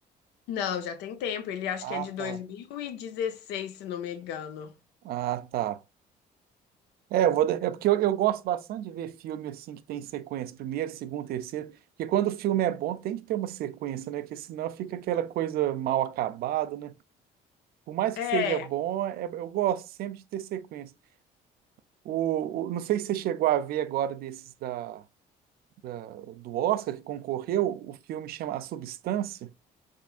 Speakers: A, on the left; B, on the right.
A: Não, já tem tempo. Ele acho
B: Ah,
A: que é de 2016,
B: tá.
A: se não me engano.
B: Ah, tá. É, eu vou, dar- é porque eu, eu gosto bastante de ver filme assim que tem sequência, primeiro, segundo, terceiro, porque quando o filme é bom tem que ter uma sequência, né? Porque senão fica aquela coisa mal acabada, né? Por mais
A: É.
B: que seja bom, é- eu gosto sempre de ter sequência. O, o- não sei se você chegou a ver agora desses da da- do Oscar que concorreu, o filme chama A Substância,